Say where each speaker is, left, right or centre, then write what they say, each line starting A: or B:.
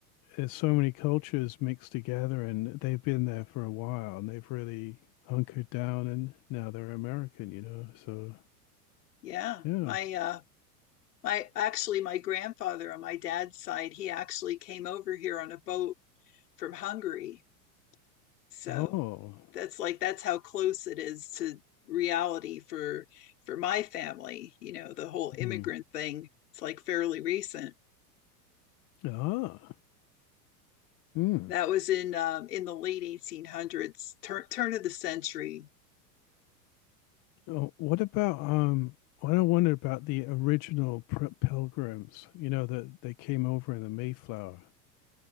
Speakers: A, on the left (about 45°); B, on the left (about 75°).
A: there's so many cultures mixed together and they've been there for a while and they've really hunkered down and now they're American, you know. So
B: yeah.
A: yeah.
B: My uh, my actually my grandfather on my dad's side, he actually came over here on a boat from Hungary. So
A: Oh.
B: that's like that's how close it is to reality for for my family. You know, the whole immigrant
A: Hmm.
B: thing. It's like fairly recent.
A: Ah. Hmm.
B: That was in um, in the late 1800s, turn turn of the century.
A: Oh, what about um what I wondered about the original pr- pilgrims, you know, that they came over in the Mayflower.